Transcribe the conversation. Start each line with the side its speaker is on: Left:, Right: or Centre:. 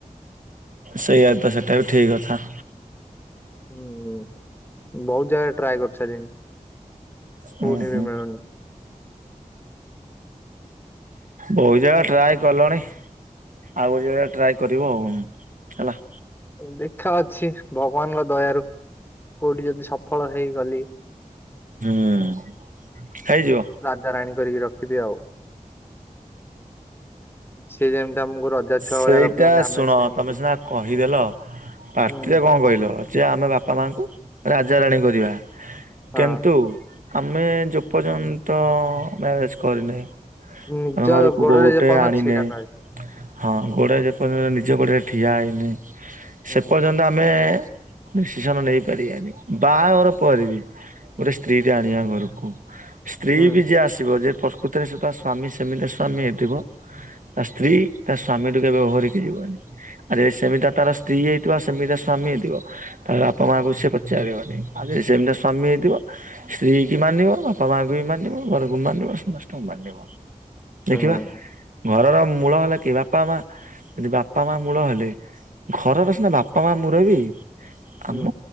Right: ସେଇଆ ତ ସେଟା ବି ଠି କଥା।
Left: ହୁଁ ବହୁତ୍ ଜାଗାରେ ଟ୍ରାଏ କରଛାଲିଣି କୋଉଠି
Right: ହୁଁ ହୁଁ
Left: ବି ମିଳୁନି।
Right: ବହୁତ ଜାଗା ଟ୍ରାଏ କଲଣି ଆଉ ଗୋଟେ ଜାଗାରେ ଟ୍ରାଏ କରିବ ଆଉ ହେଲା।
Left: ଦେଖା ଅଛି। ଭଗବାନଙ୍କ ଦୟାରୁ କୋଉଠି ଯଦି ସଫଳ ହେଇଗଲି।
Right: ହୁଁ ହେଇଯିବ।
Left: ଧାରାଇଣି କରିକି ରଖିବି ଆଉ। ସିଏ ଯେମିତି ଆମକୁ ରଜା ଛୁଆ
Right: ସେଇଟା
Left: ଭଳିଆ ରଖୁଛନ୍ତି ଆମେ
Right: ଶୁଣ
Left: ସେମିତି
Right: ତମେ ସିନା କହିଦେଲ ପାଟିରେ
Left: ହୁଁ
Right: କଁ କହିଲ ଯେ ଆମେ ବାପା ମାଙ୍କୁ ରାଜାରାଣୀ କରିବା
Left: ହଁ
Right: କିନ୍ତୁ ଆମେ ଯୋପର୍ଯ୍ୟନ୍ ତ ମ୍ୟାରେଜ କରିନେ
Left: ନିଜ
Right: ଆମ ଘରକୁ
Left: ଗୋଡରେ
Right: ବୋଟେ
Left: ଯେପର୍ଯ୍ୟନ୍ତ
Right: ଆଣିନେ
Left: ଛିଡା ନ ହେଇଛି
Right: ହଁ ଘୋଡ଼ା ଜେପର୍ଜନ୍ତ୍ ନିଜ ଗୋଡରେ ଠିଆ ହେଇନି
Left: ହୁଁ
Right: ସେ ପର୍ଯ୍ୟନ୍ତ ଆମେ ଡିସିସନ ନେଇ ପାରିବାନି ବାହା ଘର ପରେବି ଗୋଟେ ସ୍ତ୍ରୀ ଟା ଆଣିବା ଘରକୁ ସ୍ତ୍ରୀ
Left: ହୁଁ
Right: ବି ଯିଏ ଆସିବ ଯେ ପ୍ରକୃତିରେ ସେ ତା ସ୍ଵାମୀ ସେମିତି ସ୍ୱାମୀ ହେଇଥିବ ତା ସ୍ତ୍ରୀ ତା ସ୍ଵାମୀଠୁ କେବେ ଓହରିକି ଯିବନି। ଆରେ ସେମିତି ତାର ସ୍ତ୍ରୀ ହେଇଥିବ ସେମିତି ସ୍ୱାମୀ ହେଇଥିବ ତାହେଲେ ବାପା ମାଆ କଙ୍କୁ ସିଏ ପଚାରିବନି। ଆଉଜ୍ ସେମିତି ସ୍ୱାମୀ ହେଇଥିବ ସ୍ତ୍ରୀ କି ମାନିିବ ବାପା ମାଁଙ୍କୁବି ମାନିବ ବାରକୁ ମାନିବ ସମସ୍ତଙ୍କୁ ମା। ଦେଖିବା
Left: ହୁଁ
Right: ଘରର ମୂଳ ହେଲା କି ବାପା ମା ଯଦି ବାପା ମା ମୂଳ ହେଲେ ଘରର ସିନା ବାପା ମାଁ ମୁରବି
Left: ହୁଁ
Right: ଆମ